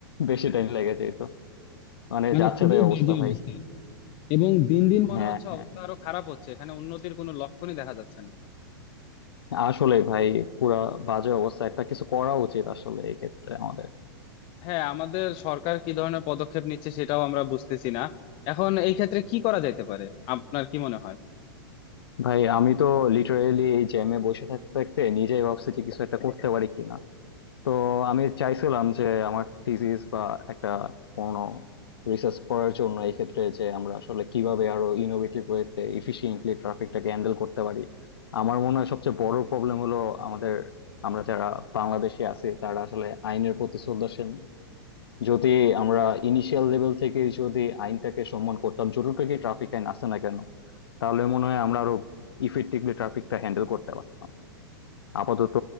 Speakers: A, on the left (about 80°); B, on the left (about 40°).
A: বেশি টাইম লেগে যেত মানে
B: মানে
A: যাচ্ছে
B: খুবই
A: তাই অবস্থা
B: বাজে
A: ভাই
B: অবস্থা এবং দিন দিন মনে
A: হ্যাঁ
B: হচ্ছে
A: হ্যাঁ
B: অবস্থা আরো খারাপ হচ্ছে এখানে উন্নতির কোনো লক্ষণই দেখা যাচ্ছে না
A: আসলে ভাই পুরা বাজে অবস্থা একটা কিছু করা উচিত আসলে এই ক্ষেত্রে আমাদের
B: হ্যাঁ আমাদের সরকার কি ধরনের পদক্ষেপ নিচ্ছে সেটাও আমরা বুঝতেছি না এখন এই ক্ষেত্রে কি করা যেতে পারে আপনার কি মনে
A: ভাই আমি তো লিটারেলি এই জ্যামে বসে থাকতে থাকতে নিজেই ভাবছি যে কিছু
B: হয়
A: একটা করতে পারি কিনা তো আমি চাইছিলাম যে আমার থিসিস বা একটা কোনো রিসার্চ করার জন্য এই ক্ষেত্রে যে আমরা আসলে কিভাবে আরো ইনোভেটিভ ওয়েতে এফিশিয়েন্টলি ট্রাফিকটাকে হ্যান্ডেল করতে পারি আমার মনে হয় সবচেয়ে বড় প্রবলেম হলো আমাদের আমরা যারা বাংলাদেশে আছি তারা আসলে আইনের প্রতি শ্রদ্ধাশীল না। যদি আমরা ইনিশিয়াল লেভেল থেকে যদি আইনটাকে সম্মান করতাম যতটুকু ট্রাফিক আইন আছে না কেন তাহলে মনে হয় আমরা আরো ইফেক্টিভলি ট্রাফিকটা হ্যান্ডেল করতে পারতাম আপাতত